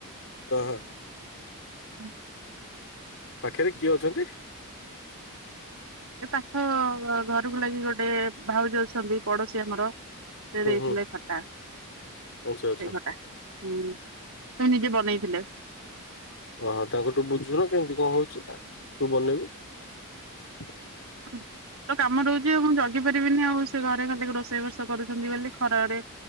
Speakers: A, on the left; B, on the right.
A: ଓହୋ।
B: ହୁଁ।
A: ପାଖରେ କିଏ ଅଛନ୍ତି?
B: ଏ ପାଖ ଘରକୁ ଲାଗି ଗୋଟେ ଭାଉଜ ଅଛନ୍ତି ପଡୋଶୀ ଆମର ସେ
A: ହୁଁ
B: ଦେଇଥିଲେ
A: ହୁଁ
B: ଖଟା।
A: ଆଚ୍ଛା ଆଚ୍ଛା
B: ସେଇ ଖଟା ହୁଁ। ସେ ନିଜେ ବନେଇଥିଲେ
A: ଓହୋ ତାଙ୍କଠୁ ବୁଝୁବ କେମିତି କଣ ହଉଛି। ତୁ ବନେଇବୁ
B: ହଁ। ତ କାମ ରହୁଛି। ଆଉ ମୁଁ ଜଗି ପାରିବିନି ଆଉ ସେ ଘରେ ଖାଲି ରୋଷେଇ ବସା କରୁଛନ୍ତି ବୋଲି ଖରାରେ